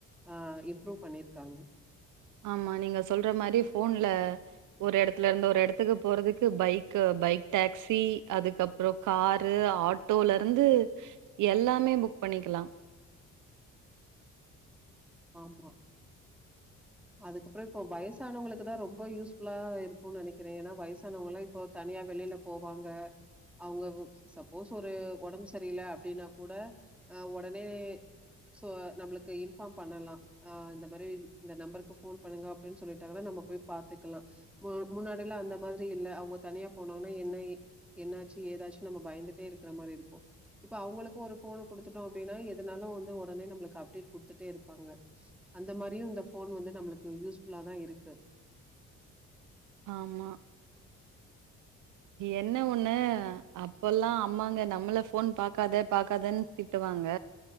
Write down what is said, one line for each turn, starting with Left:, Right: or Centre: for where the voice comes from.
Centre: அ இம்ப்ரூவ் பண்ணியிருக்காங்க
Right: ஆமா நீங்க சொல்ற மாறி ஃபோன்ல ஒரு எடத்துலருந்து ஒரு எடத்துக்கு போறதுக்கு பைக்கு பைக் டாக்ஸி அதுக்கப்றோ காரு ஆட் டோலருந்து எல்லாமே புக் பண்ணிக்கலா
Centre: ஆமா அதுக்கப்றோ இப்போ வயசானவங்களுக்குதா ரொம்ப யூஸ்ஃபுல்லா இருக்குன்னு நெனைக்கிறே ஏன்னா வயசானவங்கல்லா இப் போ தனியா வெளில போவாங்க அவுங்கவ் சப்போஸ் ஒரு ஒடம்பு சரியில்ல அப்டின்னா கூட அ ஒடனே சோ நம்ளுக்கு இன்ஃபார்ம் பண்ணலா ஆ இந்த மாறி இந்த நம்பருக்கு ஃபோன் பண்ணுங்க அப்டின்னு சொல்ட்டாங்கன்னா நம்ம போயி பாத்துக்கலா மு முன்னாடி எல்லா அந்த மாதிரி இல்ல அவுங்க தனியா போனாங்கன்னா என்ன எ என்னாச்சு ஏதாச்சு நம்ம பயந்துட்டே இருக்கற மாறியிருக்கும் இப்ப அவுங்களுக்கும் ஒரு ஃபோன் குடுத்துட்டோ அப்டின்னா எதுனாலு வந்து ஒடனே நம்ளுக்கு அப்டேட் குடுத்துட்டே இருப் பாங்க அந்த மாறியு இந்த ஃபோன் வந்து நம்ளுக்கு யூஸ் ஃபுல்லாதா இருக்கு
Right: ஆமா என்ன ஒண்ணு அப்பல்லா அம்மாங்க நம்மள ஃபோன் பாக்காத பாக்காதன்னு திட்டுவாங்க